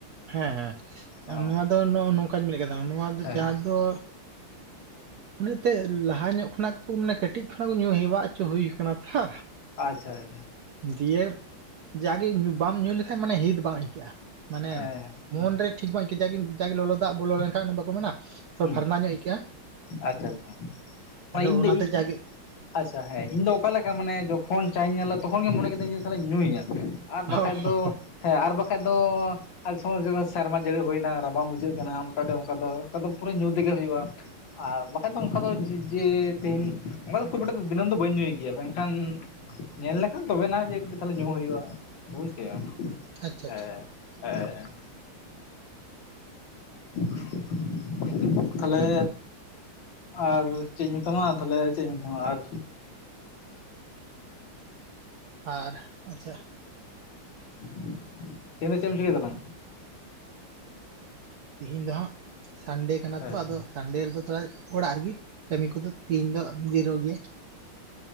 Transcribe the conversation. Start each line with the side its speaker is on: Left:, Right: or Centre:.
Right: ᱦᱮᱸ ᱦᱮᱸ
Left: ᱚ
Right: ᱱᱚᱣᱟ ᱫᱚ ᱱᱚᱜ ᱱᱚᱝᱠᱟᱧ ᱢᱮᱱᱮᱫ ᱠᱟᱱ ᱱᱚᱣᱟ
Left: ᱦᱮᱸ
Right: ᱪᱟ ᱫᱚ ᱚᱱᱮ ᱮᱱᱛᱮᱫ ᱞᱟᱦᱟ ᱧᱚᱜ ᱠᱷᱚᱱᱟᱜ ᱢᱟᱱᱮ ᱠᱟᱹᱴᱤᱡ ᱠᱷᱚᱱᱟᱜ ᱠᱚ ᱧᱩᱩᱭ ᱦᱮᱣᱟ ᱚᱪᱚ ᱦᱩᱭ ᱟᱠᱟᱱᱟ ᱛᱚ
Left: ᱟᱪᱷᱟ ᱟᱪᱷᱟ
Right: ᱫᱤᱭᱮ ᱡᱟᱜᱮ ᱵᱟᱢ ᱧᱩ ᱞᱮᱠᱷᱟᱱᱡ ᱢᱟᱱᱮ <unintelligible> ᱵᱟᱝ ᱟᱹᱭᱠᱟᱹᱜᱼᱟ ᱢᱟᱱᱮ
Left: ᱦᱮᱸ
Right: ᱢᱚᱱᱨᱮ ᱴᱷᱤᱠ ᱵᱟᱝ ᱟᱹᱭᱠᱟᱹᱜᱭᱟ ᱡᱟᱜᱮ ᱞᱚᱞᱚ ᱫᱟᱜ ᱵᱚᱞᱚ ᱞᱮᱱᱠᱷᱟᱱ ᱵᱟᱠᱚ ᱢᱮᱱᱟ ᱛᱚ
Left: ᱦᱮᱸ
Right: ᱯᱷᱟᱨᱱᱟ ᱧᱚᱜ ᱟᱹᱭᱠᱟᱹᱜᱼᱟ
Left: ᱟᱪᱪᱷᱟ ᱟᱪᱪᱷᱟ ᱢᱟᱱᱮ
Right: ᱟᱫᱚ
Left: ᱤᱧ
Right: ᱚᱱᱟᱛᱮ
Left: ᱫᱚ
Right: ᱡᱟᱜᱮ
Left: ᱟᱪᱪᱷᱟ ᱦᱮᱸ ᱤᱧ ᱫᱚ ᱚᱠᱟᱮᱠᱟ ᱢᱟᱱᱮ ᱛᱠᱷᱚᱱ ᱪᱟ ᱧᱮᱞᱞᱟ ᱛᱚᱠᱷᱚᱱ ᱜᱮ ᱢᱚᱱᱮ ᱠᱮᱫᱟ ᱛᱟᱦᱚᱞᱮᱧ ᱧᱩᱭᱟ ᱟᱨ
Right: ᱦᱚᱸ
Left: ᱵᱟᱠᱷᱟᱡ
Right: ᱦᱚᱸ
Left: ᱫᱚ ᱦᱮᱸ ᱟᱨ ᱵᱟᱠᱷᱟᱡ ᱫᱚ <unintelligible> ᱥᱮᱨᱢᱟ ᱡᱟᱹᱲᱤ ᱦᱩᱭᱱᱟ ᱨᱟᱵᱟᱝ ᱵᱩᱡᱷᱟᱹᱜ ᱠᱟᱱᱟ <unintelligible> ᱚᱱᱠᱟ ᱫᱚ ᱚᱠᱟ ᱫᱚ ᱯᱩᱨᱟᱹ ᱧᱩ ᱛᱮᱜᱮ ᱦᱩᱭᱩᱜᱼᱟ ᱟᱨ ᱵᱟᱠᱟᱱ ᱫᱚ ᱚᱱᱠᱟ ᱫᱚ ᱡᱮ ᱛᱮᱦᱧ ᱚᱱᱠᱟ <unintelligible> ᱫᱤᱱᱟᱹᱢ ᱫᱚ ᱵᱟᱹᱧ ᱧᱩᱭ ᱜᱮᱭᱟ ᱢᱮᱱᱠᱷᱟᱱ ᱧᱮᱞ ᱞᱮᱠᱷᱟᱱ ᱛᱚᱵᱮᱱᱟ ᱡᱮ ᱠᱟᱹᱴᱤᱡ ᱛᱟᱦᱚᱞᱮ ᱧᱩ ᱦᱩᱭᱩᱜᱼᱟ ᱵᱩᱡᱽ ᱠᱮᱟᱢ
Right: ᱟᱪᱪᱷᱟ
Left: ᱦᱮᱸ
Right: ᱟᱪᱪᱷᱟ
Left: ᱦᱮᱸ <inaudible> ᱛᱟᱦᱞᱮ ᱟᱨ ᱪᱮᱫ ᱤᱧ ᱢᱮᱛᱟᱢᱟ ᱛᱟᱦᱞᱮ ᱪᱮᱫ ᱤᱧ ᱢᱮᱛᱟᱢᱟ ᱟᱨ
Right: ᱟᱨ ᱟᱪᱪᱷᱟ
Left: <inaudible> ᱛᱚᱵᱮ ᱪᱮᱫ ᱮᱢ ᱪᱤᱠᱟᱹᱭ ᱛᱟᱞᱟᱝ-ᱟ
Right: ᱛᱤᱦᱮᱧ ᱫᱚ ᱦᱟᱸᱜ ᱥᱟᱱᱰᱮ ᱠᱟᱱᱟ
Left: ᱦᱮᱸ
Right: ᱛᱚ ᱟᱫᱚ ᱥᱟᱱᱰᱮ ᱨᱮᱫᱚ ᱛᱷᱚᱲᱟ ᱚᱲᱟᱜ ᱨᱮᱜᱮ ᱠᱟᱹᱢᱤ ᱠᱚᱫᱚ ᱛᱮᱦᱤᱧ ᱫᱚ ᱡᱤᱨᱟᱹᱣ ᱜᱮᱭᱟ